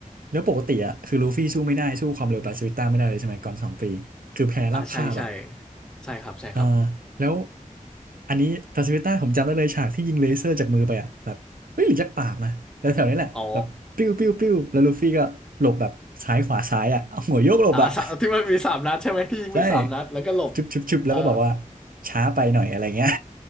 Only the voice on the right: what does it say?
แล้วปกติอ่ะคือลูฟี่สู้ไม่ได้สู้ความเร็วปาซิฟิต้าไม่ได้เลยใช่ไหมก่อนสองปีคือแพ้ราบคาบอ่ะ
เออแล้วอันนี้ตาสวิต้าผมจำได้เลยฉากที่ยิงเลเซอร์จากมือไปอ่ะแบบไม่หรือจากปากนะแต่แถวๆนี้แหละแบบปิ้วปิ้วปิ้วแล้วลูฟี่ก็หลบแบบซ้ายขวาซ้ายอ่ะเอาหัวโยกหลบอ่ะ
<laughs> ใช่ชุบชุบชุบแล้วก็บอกว่า
ช้าไปหน่อยอะไรเงี้ย